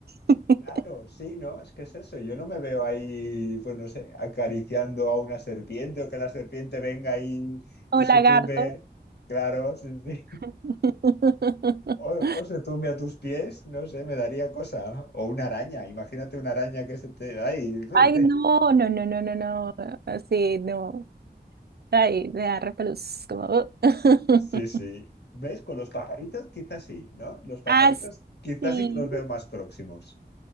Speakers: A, on the right; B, on the left.
A: <laughs>
B: claro, sí, ¿no? Es que es eso. Yo no me veo ahí, pues no sé, acariciando a una serpiente o que la serpiente venga ahí
A: O
B: y se
A: lagarto.
B: tumbe. Claro, sí, sí.
A: <laughs>
B: O, o se tumbe a tus pies, no sé, me daría cosa. O una araña, imagínate una araña que se te... ¡Ay! <laughs>
A: Ay, no, no, no, no, no, no. Así, no. Ay, me da repelús, como. <laughs>
B: Sí, sí. ¿Ves? Con los pajaritos quizás sí, ¿no? Los pajaritos
A: Así.
B: quizás sí que los veo más próximos.